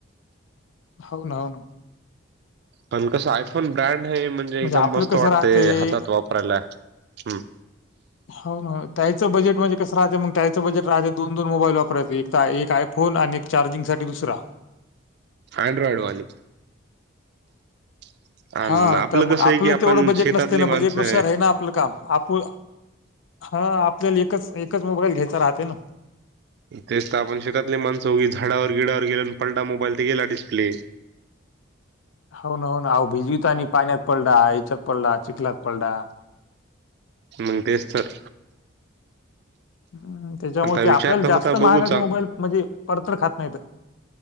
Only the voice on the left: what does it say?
How noun.
आपलं
कसं
राहते
हाऊ ना, त्याच बजेट म्हणजे कसं राहते मग त्याच बजट राहतें दू. दोन मोबाईल वापरायचे एकता एक आयफोन आणि एक चार्जिंग साठी दुसरा.
हा
तर मग
आपलं
तेवढं बजेट
नसत ना
बजेट नुसार आहे ना आपलं काम आपू हा आपल्याला एकच एकच मोबाईल घ्यायचा राहते ना
होना होना आहे विहिरीत आणि पाण्यात पडला याच्यात पडला चिखलात पडला
हम्म त्याच्यामुळे
ते
आपल्याला
जास्त
महागाचे मोबाईल म्हणजे पडतर खात नाहीत त